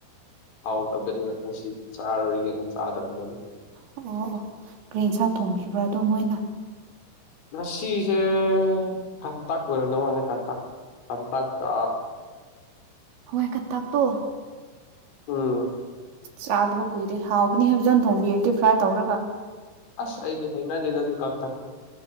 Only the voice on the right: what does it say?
ꯑꯣ ꯑꯣ ꯀ꯭ꯔꯤ ꯍꯦꯁꯥꯡ ꯊꯣꯡꯕꯤꯕ꯭ꯔꯥ ꯑꯗꯣ ꯃꯣꯏꯅ
ꯍꯣꯏ ꯀꯟꯇꯥꯛꯛꯇꯣ
ꯆꯥꯗꯕ ꯀꯨꯏꯔꯦ ꯍꯥꯎꯕꯅꯤ ꯍꯥꯏꯕꯖꯥꯟ ꯊꯣꯡꯝꯕꯤꯔꯗꯤ ꯐ꯭ꯔꯥꯏ ꯇꯧꯔꯒ